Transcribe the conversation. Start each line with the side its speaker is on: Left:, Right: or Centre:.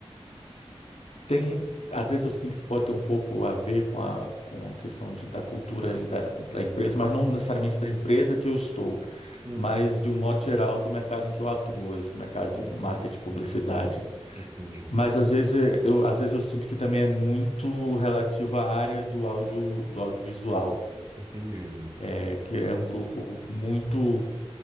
Left: Tem, às vezes eu sinto que pode ter um pouco a ver com a, com a questão de, da cultura e da, da empresa, mas não necessariamente da empresa que eu estou,
Right: Uhum,
Left: mas de um modo geral do mercado em que eu atuo, esse mercado
Right: uhum,
Left: de marketing, e publicidade.
Right: uhum. entendi.
Left: Mas às vezes é- eu, às vezes eu sinto que também é muito relativo à área do áudio, do audiovisual,
Right: Entendido.
Left: é, que é um grupo muito